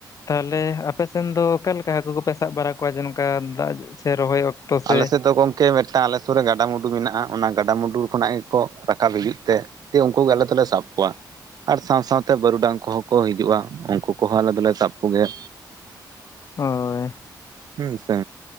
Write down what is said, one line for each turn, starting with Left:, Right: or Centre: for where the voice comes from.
Left: ᱛᱟᱦᱚᱞᱮ ᱟᱯᱮᱥᱱ ᱫᱚ ᱚᱠᱟ ᱞᱮᱠᱟ ᱦᱟᱹᱠᱩ ᱠᱚᱯᱮ ᱥᱟᱵ ᱵᱟᱲᱟ ᱠᱚᱣᱟ ᱡᱮ ᱱᱚᱝᱠᱟ ᱫᱟᱜ ᱥᱮ ᱨᱚᱦᱚᱭ ᱚᱠᱛᱚ ᱥᱮ
Right: ᱟᱞᱮ ᱥᱮᱫ ᱫᱚ ᱜᱚᱢ ᱠᱮ ᱢᱤᱫᱴᱟᱝ ᱟᱞᱮ ᱥᱩᱨ ᱨᱮ ᱜᱟᱰᱟᱼᱢᱩᱰᱩ ᱢᱮᱱᱟᱜᱼᱟ ᱚᱱᱟ ᱜᱟᱰᱟᱼᱢᱩᱰᱩ ᱠᱷᱚᱱᱟᱜ ᱜᱮᱠᱚ ᱨᱟᱠᱟᱵ ᱦᱤᱡᱩᱜ ᱛᱮ ᱫᱤᱭᱮ ᱩᱱᱠᱩ ᱟᱞᱮ ᱛᱮᱞᱮ ᱥᱟᱵ ᱠᱚᱣᱟ ᱟᱨ ᱥᱟᱶ ᱥᱟᱶ ᱛᱮ ᱵᱟᱹᱨᱩᱰᱟᱝ ᱠᱚᱦᱚᱸ ᱠᱚ ᱦᱤᱡᱩᱜᱼᱟ ᱩᱱᱠᱩ ᱠᱚᱦᱚᱸ ᱟᱞᱮ ᱫᱚᱞᱮ ᱥᱟᱵ ᱠᱚᱜᱮᱭᱟ
Left: ᱦᱳᱭ
Right: ᱦᱩᱸ ᱥᱮ